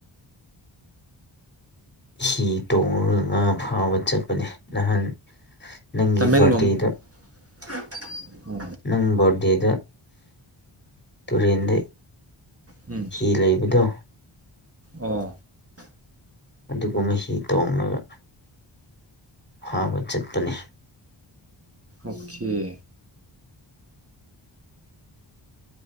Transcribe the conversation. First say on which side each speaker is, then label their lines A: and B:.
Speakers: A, on the left; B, on the right.
A: ꯍꯤ ꯇꯣꯡꯉꯒ ꯉꯥ ꯐꯥꯕ ꯆꯠꯄꯅꯦ ꯅꯍꯥꯟ ꯅꯪꯒꯤ
B: ꯇꯃꯦꯡꯂꯣꯡ
A: ꯕꯥꯔꯗꯦꯗ
B: <inaudible>
A: ꯅꯪ ꯕꯣꯔꯗꯦꯗ ꯇꯨꯔꯦꯟꯗ
B: ꯎꯝ
A: ꯍꯤ ꯂꯩꯕꯗꯣ
B: ꯑꯣ
A: ꯑꯗꯨꯒꯨꯝꯕ ꯍꯤ ꯇꯣꯡꯂꯒ ꯍꯥꯎꯕ ꯆꯠꯄꯅꯦ
B: ꯑꯣꯦ